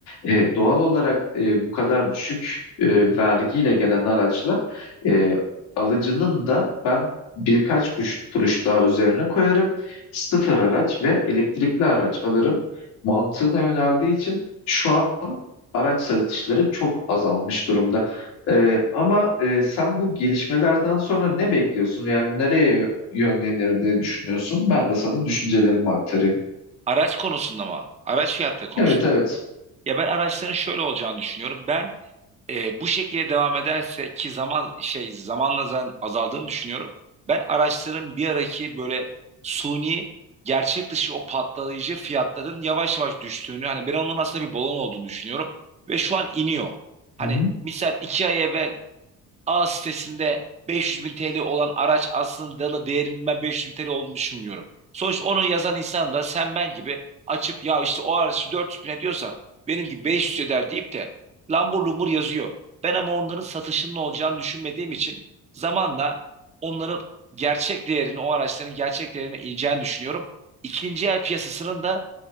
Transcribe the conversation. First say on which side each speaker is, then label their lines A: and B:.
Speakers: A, on the left; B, on the right.
A: E, doğal olarak e, bu kadar düşük e, vergiyle gelen araçlar e, alıcının da ben birkaç kuruş, kuruş daha üzerine koyarım. Sıfır araç ve elektrikli araç alırım mantığına yöneldiği için şu an araç satışları çok azalmış durumda. E, ama e, sen bu gelişmelerden sonra ne bekliyorsun? Yani nereye yönlenir diye düşünüyorsun? Ben de sana düşüncelerimi aktarayım.
B: Araç konusunda mı? Araç fiyatı konusunda.
A: Evet evet.
B: Ya ben araçların şöyle olacağını düşünüyorum. Ben e, bu şekilde devam ederse ki zaman şey zamanla zaten azaldığını düşünüyorum. Ben araçların bir araki böyle suni gerçek dışı o patlayıcı fiyatların yavaş yavaş düştüğünü hani ben onun aslında bir balon olduğunu düşünüyorum ve şu an iniyor. Hani
A: Hı hı.
B: misal iki ay evvel A sitesinde 500 bin TL olan araç aslında da değerinin ben 500 bin TL olduğunu düşünmüyorum. Sonuçta onu yazan insan da sen ben gibi açıp ya işte o araç 400 bin diyorsa benim gibi 500 eder deyip de lambur lumbur yazıyor. Ben ama onların satışının olacağını düşünmediğim için zamanla onların gerçek değerini, o araçların gerçek değerine ineceğini düşünüyorum. İkinci el piyasasının da